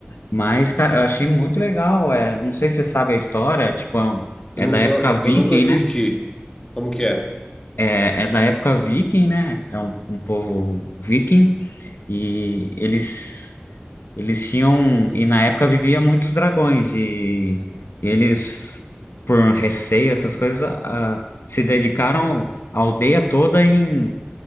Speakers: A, on the left (about 70°); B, on the left (about 20°).
A: Mas, cara, eu achei muito legal. É, não sei se você sabe a história, tipo, é, um-
B: Eu,
A: é
B: não,
A: da época
B: eu, eu
A: viking,
B: nunca assisti.
A: né?
B: Como que é?
A: É, é da época viking, né? É um, um povo viking e eles eles tinham e na época vivia muitos dragões e, eles por receio essas coisas ah, se dedicaram a aldeia toda em,